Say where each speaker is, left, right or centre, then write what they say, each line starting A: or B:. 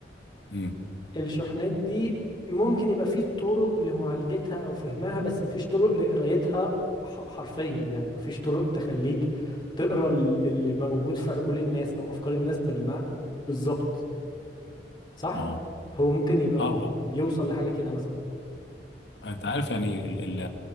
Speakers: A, on the left; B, on the left.
A: امم
B: الشحنات دي ممكن يبقى في طرق لمعالجتها أو فهمها بس مفيش طرق لقرايتها ح- حرفيا يعني مفيش طرق تخليك تقرا ال- اللي موجود في عقول الناس أو أفكار الناس بالم... بالظبط صح؟
A: اه
B: هو ممكن يبقى
A: اه
B: يوصل لحاجة كده مثلا
A: انت عارف يعني ال ال